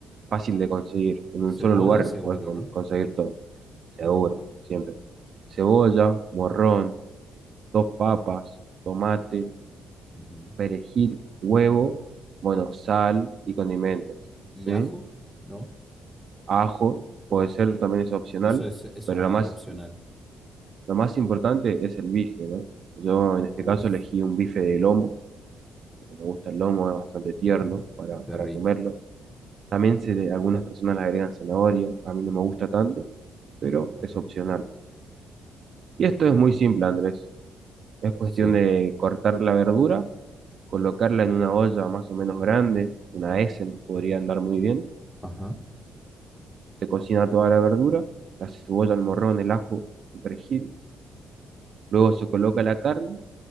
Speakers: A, on the right; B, in the centre.
A: fácil de conseguir. En un
B: Cebolla
A: solo lugar
B: seguro,
A: podés con-
B: ¿no?
A: conseguir todo, seguro, siempre. Cebolla, morrón, dos papas, tomate,
B: Ujú.
A: perejil, huevo, bueno, sal y condimentos,
B: ¿Y
A: ¿sí?
B: ajo? ¿No?
A: Ajo, puede ser, también es opcional,
B: Eso es, eso
A: pero
B: es
A: lo
B: ah,
A: más,
B: opcional.
A: lo más importante es el bife, ¿no? Yo en
B: Uf.
A: este caso elegí un bife de lomo porque me gusta el lomo, es bastante tierno
B: Ujú,
A: para,
B: Qué
A: para
B: rico.
A: comerlo. También se, le- algunas personas le agregan zanahoria, a mí no me gusta tanto, pero
B: Ajá.
A: es opcional. Y esto es muy simple, Andrés. Es cuestión
B: Sí.
A: de cortar la verdura, colocarla en una olla más o menos grande, una Essen podría andar muy bien.
B: Ajá.
A: Se cocina toda la verdura, la cebolla, el morrón, el ajo, el perejil. Luego se coloca la carne,